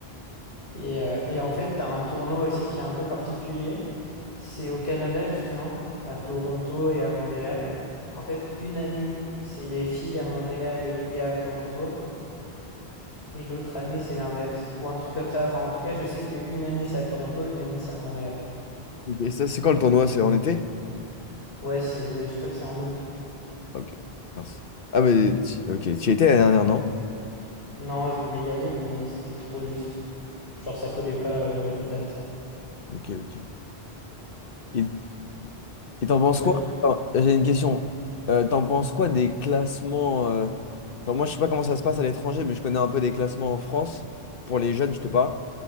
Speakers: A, on the left; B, on the left.
A: Et, euh, et en fait, t'as un tournoi aussi qui est un peu particulier. C'est au Canada, justement, à Toronto et à Montréal. En fait, une année, c'est les filles à Montréal et les gars à Toronto. Et l'autre année, c'est l'inverse. Ou un truc comme ça. Enfin, en tout cas, je sais qu'une année, c'est à Toronto, une année, c'est à Montréal.
B: Et ça, c'est quand le tournoi? C'est en été?
A: Ouais, c'est, je crois que c'est en août.
B: Ok, mince. Ah, mais tu, ok, tu y étais la dernière, non?
A: Non, je voulais y aller, mais c'était trop juste. Genre, ça collait pas au niveau date.
B: Ok, ok. Et et t'en penses
A: Ouais,
B: quoi? Attends, J'ai une question. Euh, t'en penses quoi des classements euh, Genre, moi, je sais pas comment ça se passe à l'étranger, mais je connais un peu des classements en France. Pour les jeunes, je te parle.